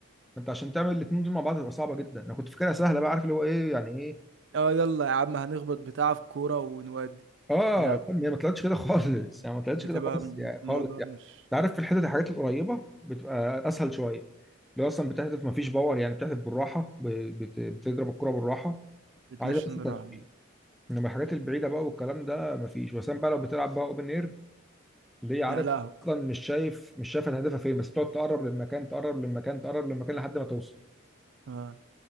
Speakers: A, in the centre; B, on the right.
A: انت عشان تعمل الاثنين دول مع بعض تبقى صعبه جدا انا كنت فاكرها سهله بقى عارف اللي هو ايه يعني ايه
B: اه يلا يا عم هنخبط بتاع في كورة ونودي
A: اه
B: لا
A: طب هي ما طلعتش كده خالص يعني ما طلعتش
B: بتبقى
A: كده خالص
B: م-
A: يعني خالص
B: الموضوع
A: يعني
B: مش
A: انت عارف في الحتت الحاجات القريبه بتبقى اسهل شويه اللي هو اصلا بتحذف ما فيش باور يعني بتحذف بالراحه ب- بت- بتضرب الكره بالراحه
B: بتنشن
A: عايزه بس تنفيذ
B: بالراحة
A: انما الحاجات البعيده بقى والكلام ده ما فيش وسام بقى لو بتلعب بقى اوبن اير اللي هي عارف
B: يا لهوي
A: اصلا مش شايف مش شايف هتهدفها فين بس بتقعد تقرب للمكان تقرب للمكان تقرب للمكان لحد ما توصل
B: اه